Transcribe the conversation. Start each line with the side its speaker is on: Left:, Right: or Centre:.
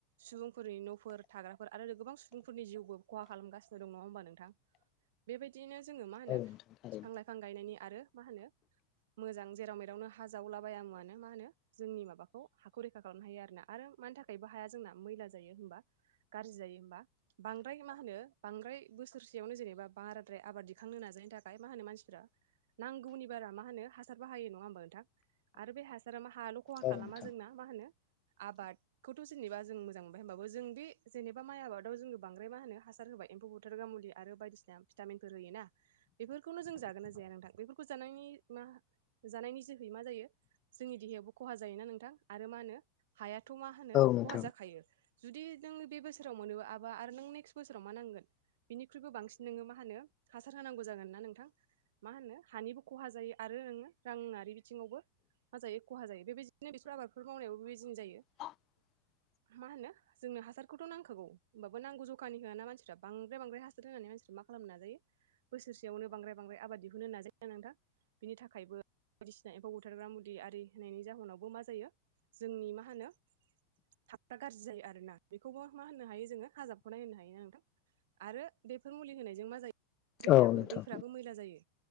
Right: सुबुंफोरनि न'फोर थाग्राफोर आरो गोबां सुबुंफोरनि जिउबो खहा खालामगासिनो दं नङा होमबा नोंथां बेबायदियैनो जोङो मा होनो
Left: औ नोंथां औ नोंथां थारैनो
Right: बिफां लाइफां गायनायनि आरो मा होनो मोजां जेराव मेरावनो हा जावलाबायायाामुआानो मा होनो जोंनि माबाखौ हाखौ रैखा खालामनो हायो आरोोना आरो मानि थाखाय बेबो हाया हाया जोंना मैला जायो होमबा गाज्रि जायो होमबा बांद्राय मा होनो बांद्राय बोसोरसेयावनो जेनेबा बाराद्राय आबाद दिखांनो नाजायो नि थाखाय मा होनो मानसिफ्रा नांगौनि बारा मा होनो हासार बाहायो नङा हबा नोंथां आरो बे हासारा मा हायाल' खहा
Left: औ
Right: खालामा जोंना मा होनो आबाद खौथ' जेबा जों मोजां मोनबाय ह होनबाब जों बे जेनेबा माइ आबादाव जोंनो बांद्राया होनो हासार होब एम्फौ बुथारग्रा मुलि आरो बायदिसिना भिटामिनफोर होयोोना बेफोरखौनो जों जागोन ना जाया नोंथां बेफोरखौ जानायनि मा जानायनि जोहै मा जायो जोंनि देहायायावो खहा जायोना नोंथां आरो मा होनो हाया थ' मा होनो
Left: नोंथां
Right: खहा जाखायो। जुदि नोङो बे बोसोराव मोनो आबा आरो नों नेक्स्ट बोसोराव मा नांगोन बिनिख्रुइबो बांसिन नोङो मा होनो हासार होनांगौ जागोन ना नोंथां? मा होनो हानिबो खहा जायो आरो रांङारि बिथिङावबो मा जायो खहा जायो। बेबायदिनो बिसोर आबादफोर मावनायावबो बेबायदिनो जायो।
Left: <inaudible>
Right: मा होनो जोंनो हासारखौथ' नांखागौ होनोमबाबो नांगौ जखानि होआ ना मानसिफ्रा बांद्राय बांद्राय हासार होनानै मा खालामनो नाजायो बोसोरसेयावनो बांद्राय बांद्राय आबाद दिहुननो नाजायो नोंथां बिनि थाखायबो बायदिसिना एम्फौ बुथारग्रा मुलि आरि होनायनि जाहोनावबो मा जायो जोंनि मा होनो थाबफ्रा गाज्रि जायो आरोना बेखौबो मा होननो हायो जोङो हाजाबखौनाय होनो हायो ना नोंथां। आरो बेफोर मुलि होनायजों मा जायो दैयाबो
Left: औ नोंथां
Right: दैफोराबो मैला जायो।